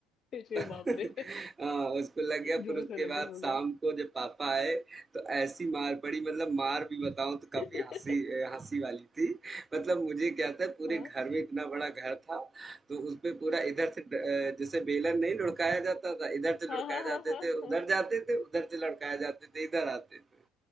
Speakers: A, on the left (about 40°); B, on the right (about 25°).
A: अरे
B: <laughs>
A: बाप रे
B: हाँ, उसको लग गया
A: जोर
B: फिर उसके
A: से लगा
B: बाद
A: होगा
B: शाम को जब पापा आए तो ऐसी मार पड़ी मतलब मार भी बताऊं तो काफी
A: <laughs>
B: हंसी हंसी वाली थी मतलब मुझे क्या था पूरे
A: हाँ
B: घर में इतना बड़ा घर था तो उस पे पूरा इधर से ड- जैसे बेलन नहीं लुढ़काया जाता था इधर से
A: हाँ
B: लुढ़काए
A: हाँ
B: जाते
A: हाँ हाँ
B: थे उधर
A: हाँ
B: जाते थे उधर से लुढ़काए जाते थे इधर आते थे